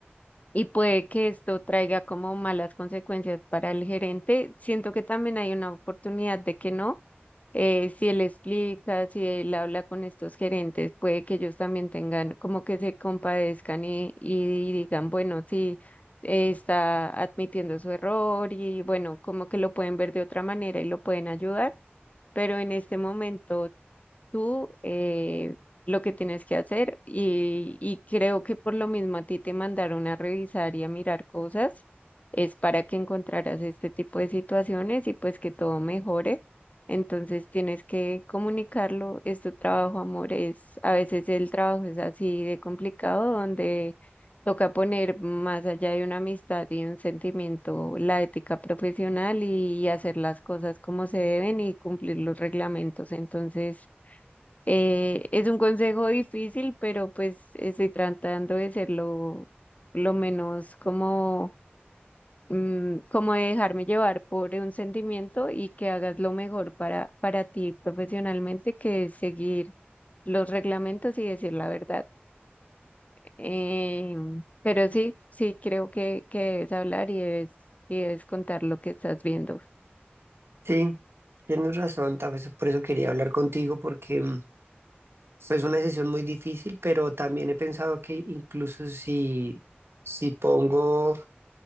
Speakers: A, on the left (about 35°); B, on the right (about 75°).
A: Y puede que esto traiga como malas consecuencias para el gerente. Siento que también hay una oportunidad de que no, eh, si él explica, si él habla con estos gerentes, puede que ellos también tengan como que se compadezcan y, y digan, bueno, sí, eh, está admitiendo su error y bueno, como que lo pueden ver de otra manera y lo pueden ayudar, pero en este momento tú eh, lo que tienes que hacer y, y creo que por lo mismo a ti te mandaron a revisar y a mirar cosas, es para que encontraras este tipo de situaciones y pues que todo mejore. Entonces tienes que comunicarlo, es tu trabajo, amor, es, a veces el trabajo es así de complicado, donde toca poner más allá de una amistad y un sentimiento, la ética profesional y, y hacer las cosas como se deben y cumplir los reglamentos. Entonces, eh, es un consejo difícil, pero pues estoy tratando de ser lo, lo menos como, mm, como de dejarme llevar por un sentimiento y que hagas lo mejor para, para ti profesionalmente, que es seguir los reglamentos y decir la verdad. Eh, pero sí, sí, creo que, que debes hablar y debes, y debes contar lo que estás viendo.
B: Sí, tienes razón, tal vez por eso quería hablar contigo porque mm, es una decisión muy difícil, pero también he pensado que incluso si, si pongo